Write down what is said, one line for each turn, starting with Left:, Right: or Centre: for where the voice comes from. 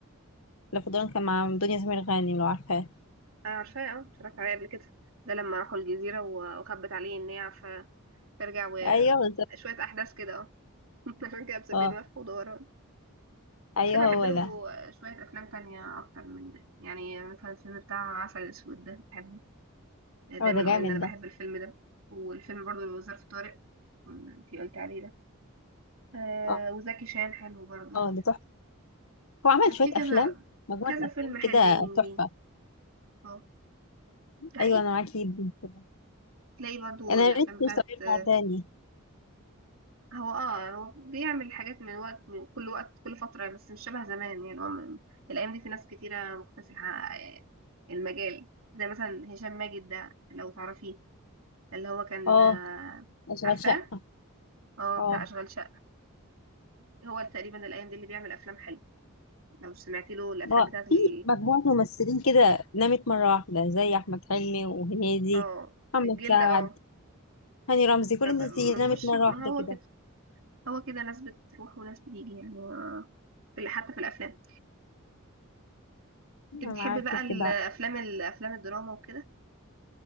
Left: لف ودوران كان مع دنيا سمير غانم لو عارفاه
Right: انا عارفاه اه اتفرجت عليه قبل كده ده لما راحوا الجزيره و- وخبت عليه ان هي عارفه ترجع وشويه
Left: ايوه بالظبط
Right: احداث كده اه <laughs> عشان كده مسمينه
Left: اه
Right: لف ودوران
Left: ايوه
Right: بس انا بحب
Left: هو
Right: له
Left: ده
Right: شويه افلام تانية اكتر من ده يعني مثلا الفيلم بتاع عسل اسود ده بحبه يعني
Left: هو
Right: دايما
Left: ده
Right: اقول
Left: جامد
Right: ان انا بحب
Left: ده
Right: الفيلم ده والفيلم برضو اللي هو ظرف طارق م، انتي قلت عليه ده آه
Left: اه
Right: وزكي شان حلو برضو
Left: اه ده تحفه هو عمل
Right: آه، في
Left: شويه
Right: كذا
Left: افلام مجموعه
Right: كذا
Left: افلام
Right: فيلم حلوين
Left: كده تحفه
Right: ليه اه ده حقيقي
Left: ايوه انا معاكي جدا كده
Right: تلاقي برضو
Left: انا
Right: الافلام
Left: يا ريت
Right: بتاعت
Left: فرصه يرجع
Right: آه،
Left: تاني
Right: هو اه هو بيعمل حاجات من وقت من كل وقت كل فترة بس مش شبه زمان يعني هو م- الايام دي في ناس كتيرة مكتسحة آه، المجال زي مثلا هشام ماجد ده لو تعرفيه اللي هو كان
Left: اه
Right: آه،
Left: اشغال
Right: عارفاه
Left: شقه
Right: اه
Left: اه
Right: بتاع اشغال شقة هو تقريبا الايام دي اللي بيعمل افلام حلوة لو سمعتي له الافلام
Left: هو
Right: بتاعت ال...
Left: في مجموعه ممثلين كده نامت مره واحده زي احمد حلمي وهنيدي
Right: اه
Left: محمد
Right: الجلد
Left: سعد
Right: اه
Left: هاني رمزي كل
Right: ما
Left: الناس
Right: ب... ما
Left: دي نامت
Right: بقوش
Left: مرة
Right: ما
Left: واحدة
Right: هو
Left: كده
Right: كده هو كده ناس بتروح وناس بتيجي يعني آه، في ال- حتى في الافلام انت
Left: انا
Right: بتحبي
Left: معاكي
Right: بقى الافلام
Left: في كده
Right: الافلام الدراما وكده